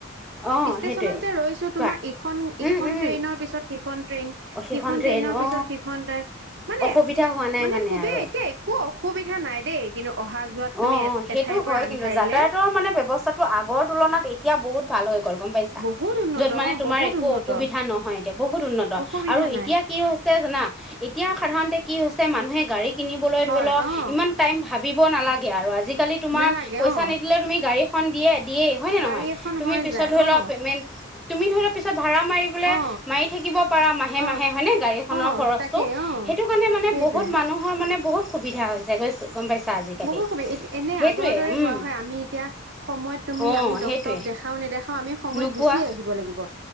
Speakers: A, in the centre; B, on the right.
A: অ
B: ষ্টেচনত
A: সেইটোয়ে
B: যে ৰৈছো
A: কোৱা
B: তোমাৰ ইখন
A: উম
B: ইখন
A: উম
B: ট্ৰেইনৰ পিছত সিখন ট্ৰেইন। সিখন
A: সেইখন ট্ৰেইন
B: ট্ৰেইনৰ
A: অ
B: পিছত সিখন ট্ৰেইন, মানে
A: অসুবিধা হোৱা নাই
B: মানে খুবেই
A: আৰু
B: এতিয়া একো অসুবিধা নাই দেই কিন্তু অহা যোৱাত তুমি
A: অঁ
B: এ
A: অঁ সেইটো
B: এঠাইৰ পৰা
A: হয়
B: আন
A: কিন্ত,
B: ঠাইলে
A: যাতায়াতৰ মানে ব্যৱস্থা তো আগৰ তুলনাত এতিয়া বহুত ভাল হৈ গ'ল গম পাই
B: বহুত উন্নত
A: যত
B: অ
A: মানে তোমাৰ
B: বহুত
A: একো
B: উন্নত
A: অসুবিধা নহয় এতিয়া বহুত উন্নত,
B: অসুবিধা নাই
A: এতিয়া কি হৈছে জানা এতিয়া সাধাৰণতে কি হৈছে, মানুহে গাড়ী কিনিবলৈ
B: হয়
A: ধৰি লওক
B: অ
A: ইমান টাইম ভাবিব নালাগে আৰু, আজি কালি তোমাৰ,
B: নালাগে
A: পইচা
B: অ
A: নিদিলেও তুমি গড়ী খন দিয়ে। দিয়েই হয় নে
B: গাড়ী
A: নহয়?
B: এখন
A: তুমি
B: হৈ
A: পিছত
B: যায়
A: ধৰি
B: অ
A: লোৱা পেমেণ্ট তুমি ধৰি লোৱা ভৰা মাৰি বোলে
B: অ
A: মাৰি থাকিব পাৰা মাহে
B: অ
A: মাহে হয়নে, গাড়ী খনৰ
B: অ
A: খৰচটো।
B: তাকে অ
A: সেইটো কাৰণে মানে
B: সেইটোৱে
A: বহুত মানুহৰ মানে, বহুত সুবিধা হৈছে গৈছ গম পাইছা। আজিকালি
B: বহুত সুবি, এটি এনে
A: সেইটোৱে
B: আগৰ দৰে
A: উম
B: হোৱা হয়, আমি এতিয়া সময়ত তুমি
A: অ
B: আমি ডক্তৰক
A: সেইটোৱে
B: দেখা দেখাও নেদেখাও আমি সময়ত
A: নোপোৱা
B: গুচিয়ে আহিব লাগিব।